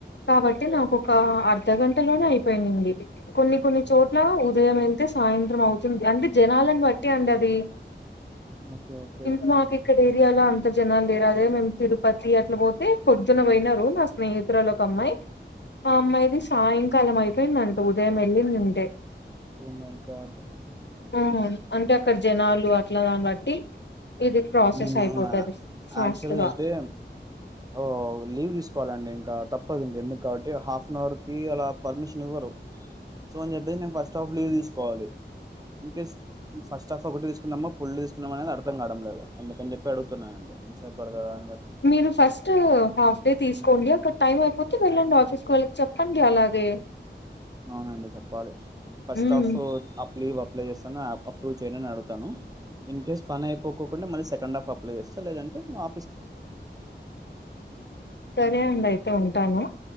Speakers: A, on the left; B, on the right.
A: కాబట్టి నాకొక అర్ధగంట గంటలోనే అయిపోయినంది కొన్ని కొన్ని చోట్ల ఉదయం వెళ్తే సాయంత్రం అవుతుంది అంటే జనాలను బట్టి అండి అది
B: ఓకే ఓకే
A: ఇంక మాకు ఇక్కడ ఏరియాలో అంత జనాలు లేరా అదే మేము తిరుపతి అట్ల పోతే పొద్దున పోయినారు నా స్నేహితురాలు ఒక అమ్మాయి ఆ అమ్మాయిది సాయంత్రం కాలం అయిపోయిందంటు ఉదయం మ వెల్లి నింటే
B: ఓ మై గార్డ్
A: ఆ అంటే అక్కడ జనాలు అట్ల దాన్ని బట్టి ఇది ప్రాసెస్
B: నేను
A: అయిపోతది ఫాస్ట్
B: యాక్చువల్ గా అయితే ఓ లీవ్ తీసుకోవాలండి ఇంకా తప్పదు ఇంక ఎందుకు కాబట్టి హాఫ్ అన్ అవర్ కి అలా పర్మిషన్ ఇవ్వరు సో అని చెప్పేసి నే ఫస్ట్ఫ్ లీవ్ తీసుకోవాలి ఇక స్ ఫస్ట్ స్టఫ్ ఒకటి తీసుకున్నామో ఫుల్ తీసుకున్నాం అనేది అర్థం కావడం లేదు అందుకని చెప్పి అడుగుతున్నాయండి ఎంత సెప్ పడతాది అ
A: మీరు ఫస్ట్ హాఫ్ డే తీసుకోండి, అక్కడ టైం అయిపోతే వెళ్ళండి ఆఫీస్ వాళ్ళకి చెప్పండి అది
B: అవునండి చెప్పాలి ఫస్ట్
A: హ్మ్.
B: ఆఫ్ అప్ లీవ్ అప్ అప్లయ్ చేస్తా అప్రూ్ చేయండి అని అడుగుతాను ఇన్ కేస్ పని అయిపోకోకుండా మళ్ళ సెండ్ హఫ్ అప్ల చేస్తా లేదంటే అ
A: సరేండయితే ఉం ఉంటాను